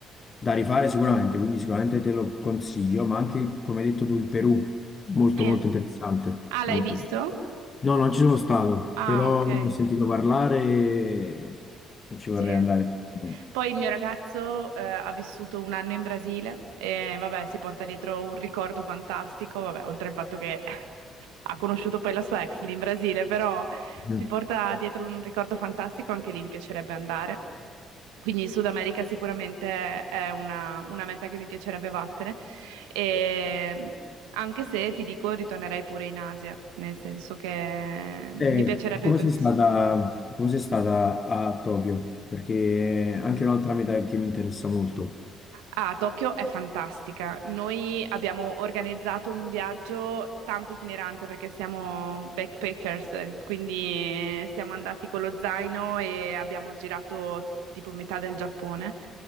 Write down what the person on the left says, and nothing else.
da rifare sicuramente, quindi sicuramente te lo consiglio, ma anche, come hai detto tu, il Perù, molto
molto interessante,
molto.
No, non ci sono stato,
però
ne ho sentito parlare e, e ci
vorrei andare. sicuramente.
Mm.
Eh,
co- come
sei stata, come sei stata a Tokyo? Perché è anche un'altra meta che mi interessa molto.